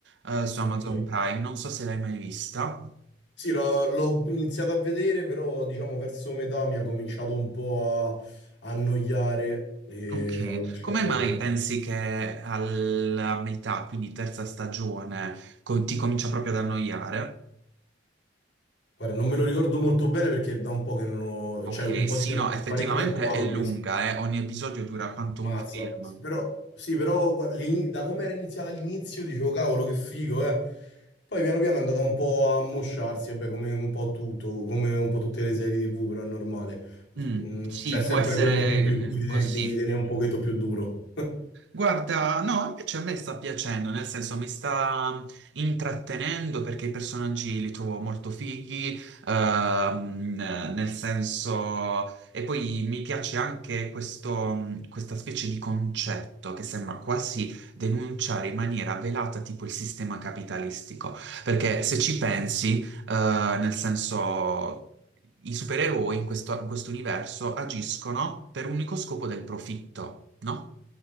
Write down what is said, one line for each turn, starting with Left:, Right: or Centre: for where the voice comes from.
Right: eh, su
Left: Ok.
Right: Amazon Prime, non so se l'hai mai vista.
Left: Sì, l'ho l'ho iniziato a vedere, però diciamo verso metà mi ha cominciato un po' a annoiare e
Right: Ok,
Left: ho lasciato...
Right: come mai pensi che alla metà, quindi terza stagione, co- ti comincia proprio ad annoiare?
Left: Guarda, non me lo ricordo molto bene perché da un po' che non l'ho...
Right: Ok,
Left: cioè un po'
Right: sì,
Left: di tempo,
Right: no, effettivamente
Left: parecchio tempo fa
Right: è
Left: l'ho
Right: lunga,
Left: visto.
Right: eh, Ogni episodio dura quanto un
Left: Mazza,
Right: film.
Left: Sì, però, sì, però guarda, l'ini- da come era iniziata all'inizio dicevo cavolo che figo, eh. Poi piano piano è andata un po' a mosciarsi, vabbè, come un po' tutto, come un po' tutte le serie TV, però è normale.
Right: Mm,
Left: Mm,
Right: sì,
Left: C'è sempre
Right: può essere
Left: quel momento
Right: eh,
Left: in cui devi
Right: così.
Left: devi tenere un pochetto più duro.
Right: Guarda, no, invece a me sta piacendo, nel senso mi sta intrattenendo perché i personaggi li trovo molto fighi, ehm, nel senso... E poi mi piace anche questo, questa specie di concetto che sembra quasi denunciare in maniera velata tipo il sistema capitalistico, perché se ci pensi, eh, nel senso... I supereroi in questo, in questo universo agiscono per un unico scopo del profitto, no?